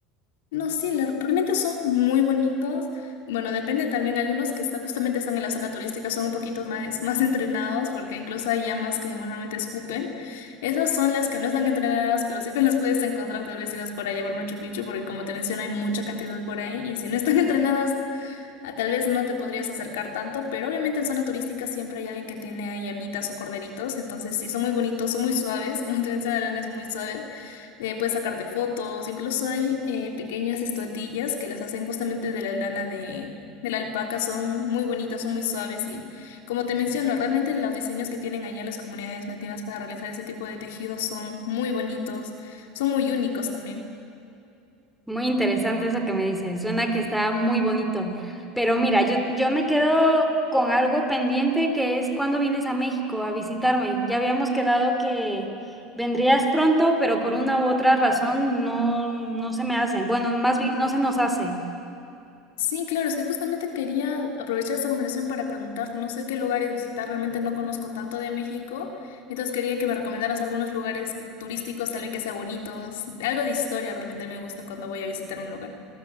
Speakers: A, on the left; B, in the centre.
A: No, sí, la- realmente son muy bonitos. Bueno, depende también, algunos que está, justamente están en la zona turística son un poquito más, más entrenados, porque incluso hay llamas que normalmente escupen. Esas son las que no están entrenadas, pero sí te las puedes encontrar tal vez si vas por allá por Machu Picchu, porque como te menciono, hay mucha cantidad por ahí, y si no están <laughs> entrenadas, Ah, Tal vez no te podrías acercar tanto, pero obviamente en zona turística siempre hay alguien que tiene ahí llamitas o corderitos, entonces sí, son muy bonitos, son muy suaves, <laughs> como te menciona, León es muy suave, Eh, puedes sacarte fotos, incluso hay eh, pequeñas estatuillas que las hacen justamente de la lana de, de la alpaca, son muy bonitas, son muy suaves y como te menciono, realmente los diseños que tienen allá las comunidades nativas para realizar ese tipo de tejidos son muy bonitos, son muy únicos también.
B: Muy interesante eso que me dices. Suena que está muy bonito. Pero mira, yo, yo me quedo con algo pendiente que es cuando vienes a México a visitarme. Ya habíamos quedado que vendrías pronto, pero por una u otra razón no, no se me hace. Bueno, más bien no se nos hace.
A: Sí, claro, es que justamente quería aprovechar esta conversación para preguntar, no sé qué lugares visitar, realmente no conozco tanto de México, entonces quería que me recomendaras algunos lugares turísticos, tal vez que sean bonitos, de- algo de historia realmente me gusta cuando voy a visitar un lugar.